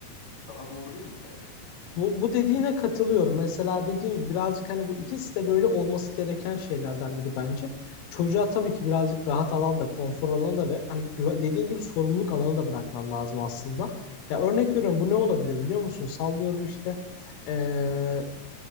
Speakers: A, on the left (about 20°); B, on the left (about 80°).
A: daha doğru değil mi sence?
B: Bu, bu dediğine katılıyorum. Mesela dediğim gibi birazcık hani bu ikisi de böyle olması gereken şeylerden biri bence. Çocuğa tabii ki birazcık rahat alan da, konfor alanı da ve hani güve- dediğin gibi sorumluluk alanı da bırakman lazım aslında. Ya örnek veriyorum bu ne olabilir biliyor musun? Sallıyorum işte eee,